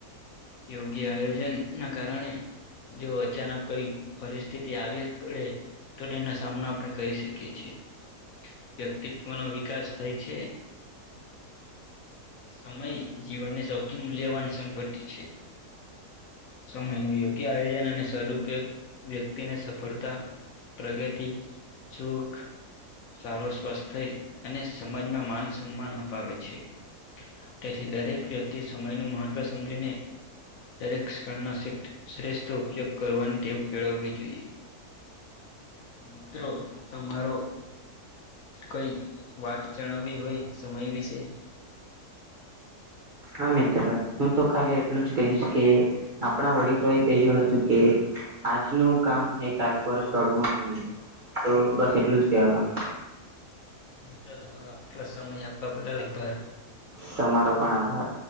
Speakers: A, on the left; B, on the right.
A: યોગ્ય આયોજન ના કારણે જે અચાનક કોઈ પરિસ્થિતિ આવે પડે તો એના સામના આપણે કરી શકીએ છીએ, વ્યક્તિત્વનો વિકાસ થાય છે, સમય જીવનની સૌથી મૂલ્યવાન સંપત્તિ છે, સમયનું યોગ્ય આયોજન અને સદુપયોગ વ્યક્તિને સફળતા પ્રગતિ સુખ સારો સ્વસ્થ થઈ અને સમાજમાં માન સન્માન અપાવે છે, તેથી દરેક વ્યક્તિ સમય નુ મહત્વ સમજીને દરેક ક્ષણ શ શ્રેષ્ઠ ઉપયોગ કરવાની ટેવ કેળવવી જોઈએ, તો મિત્રો તમારો કઈ વાત જણાવવી હોય સમય વિશે
B: હા, મિત્ર હું તો ખાલી એટલું જ કહીશ કે આપણા વડીલો એ કહ્યું હતું કે આજનું કામ એ કાલ પર સડવું નહી તો બસ એટલું જ કહેવા માંગુ.
A: મિત્રો તમારો આટલો સમય આપવા બદલ આભાર.
B: તમારો પણ આભાર.